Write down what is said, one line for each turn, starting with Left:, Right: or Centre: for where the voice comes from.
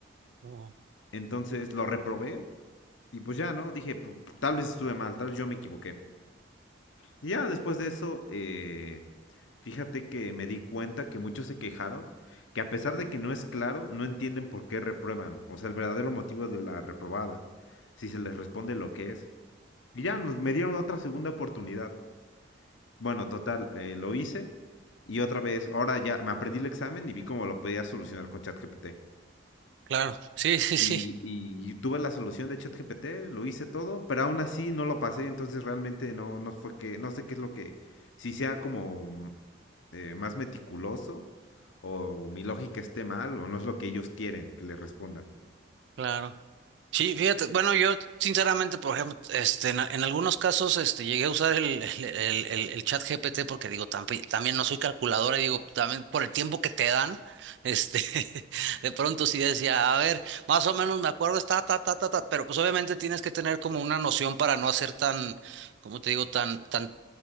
Right: no,
Left: Entonces lo reprobé y pues ya, ¿no? Dije, tal vez estuve mal, tal vez yo me equivoqué. Y ya después de eso, eh, fíjate que me di cuenta que muchos se quejaron, que a pesar de que no es claro, no entienden por qué reprueban, o sea, el verdadero motivo de la reprobada, si se les responde lo que es. Y ya nos, me dieron otra segunda oportunidad. Bueno, total, eh, lo hice y otra vez, ahora ya me aprendí el examen y vi cómo lo podía solucionar con ChatGPT.
Right: claro, sí, sí, sí,
Left: Y, y tuve la solución de ChatGPT, lo hice todo, pero aún así no lo pasé, entonces realmente no, no fue que, no sé qué es lo que, si sea como mm, eh, más meticuloso o mi lógica esté mal o no es lo que ellos quieren que les responda.
Right: claro. Sí, fíjate, bueno, yo sinceramente, por ejemplo, este, en, en algunos casos, este, llegué a usar el, el, el, el- el chat GPT porque digo, tamp- también no soy calculadora y digo, también por el tiempo que te dan, este, <laughs> de pronto sí decía, a ver, más o menos me acuerdo, está, ta, ta, ta, ta, pero pues obviamente tienes que tener como una noción para no hacer tan, como te digo, tan, tan,